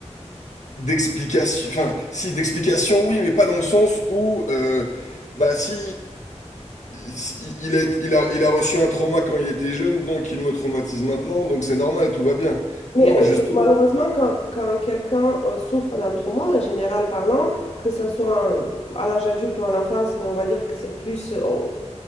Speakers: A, on the left; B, on the left.
A: d'explication. Enfin, si d'explication, oui, mais pas dans le sens où euh, bah si, si il est il a il a reçu un trauma quand il était jeune, donc il me traumatise maintenant, donc c'est normal, tout va bien.
B: Mais
A: Non,
B: euh,
A: justement.
B: malheureusement, quand, quand quelqu'un euh, souffre d'un trauma, en général parlant, que ce soit en- à l'âge adulte ou en enfance, mais on va dire que c'est plus, on,